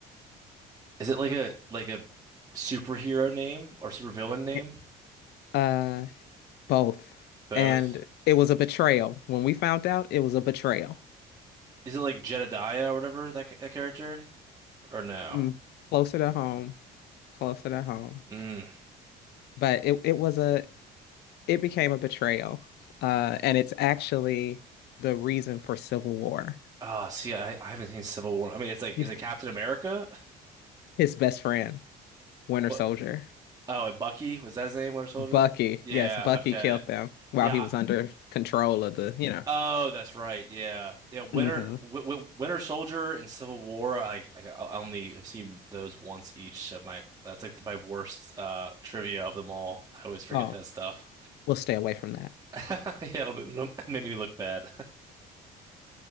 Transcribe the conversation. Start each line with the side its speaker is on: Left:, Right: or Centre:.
Right: Is it like a like a superhero name or supervillain
Left: Yeah.
Right: name?
Left: Uh, both.
Right: Both.
Left: And it was a betrayal. When we found out, it was a betrayal.
Right: Is it like Jedediah or whatever that that character? Or no?
Left: Mm-mm. Closer to home, closer to home.
Right: Mm.
Left: But it it was a it became a betrayal. Uh, and it's actually the reason for Civil War.
Right: Oh, see, I, I haven't seen Civil War. I mean, it's like
Left: You-
Right: is it Captain America?
Left: His best friend, Winter
Right: What
Left: Soldier.
Right: Oh, and Bucky, was that his name, Winter Soldier?
Left: Bucky,
Right: Yeah,
Left: yes, Bucky
Right: okay.
Left: killed them while
Right: Yeah.
Left: he was under
Right: I-
Left: control of the, you know.
Right: Oh, that's right. Yeah. Yeah, Winter
Left: hmm
Right: w w Winter Soldier and Civil War, I, I I only have seen those once each, so my that's like my worst uh trivia of them all. I always forget
Left: Oh,
Right: that stuff.
Left: we'll stay away from that.
Right: <laughs> Yeah, it'll make, it'll make me look bad. <laughs>